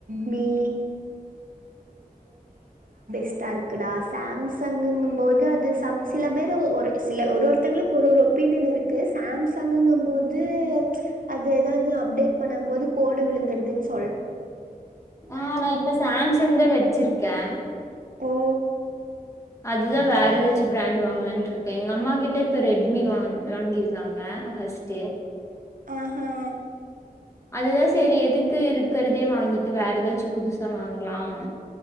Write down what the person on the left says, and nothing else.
ஆஹ் நான் இப்ப சாம். சங்குதா வச்சிருக்கேன்.
அதுதான் வேற ஏதாச்சும் பிராண்ட் வாங்கலாம்ட்டு இருக்கே. எங்க அம்மா கிட்டப்ப. ம்மி வாங் வாங்கியிருந்தாங்க ஃபர்ஸ்ட்டு.
அதுதான் சரி எதுக்கு இருக்குறதே வாங்கிட்டு வேற ஏதாச்சும் புதுசா வாங்கலாம்.